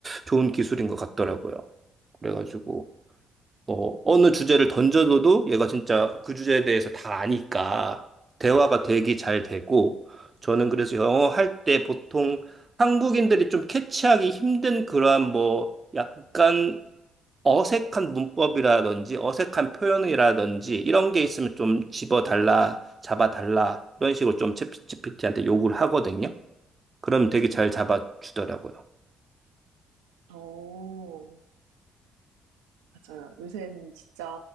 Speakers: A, on the right (about 30°); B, on the right (about 70°).
A: 좋은 기술인 것 같더라고요. 그래가지고 어, 어느 주제를 던져줘도 얘가 진짜 그 주제에 대해서 다 아니까 대화가 되게 잘 되고 저는 그래서 영어 할 때 보통 한국인들이 좀 캐치하기 힘든 그러한 뭐 약간 어색한 문법이라든지 어색한 표현이라든지 이런 게 있으면 좀 집어달라, 잡아달라 이런 식으로 좀 챗 g 피티한테 요구를 하거든요. 그러면 되게 잘 잡아주더라고요.
B: 오, 맞아요. 요새는 진짜